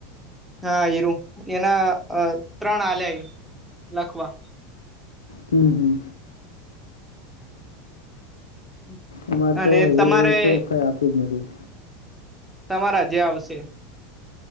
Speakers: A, in the centre; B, on the left.
A: હા હીરું એના અ ત્રણ આલ્યા લખવા.
B: હમમ હમમ
A: <inaudible>
B: અ મારે
A: અને
B: તો એક
A: તમારે
B: કંઈ આપ્યું જ નથી.
A: તમારા જે આવશે.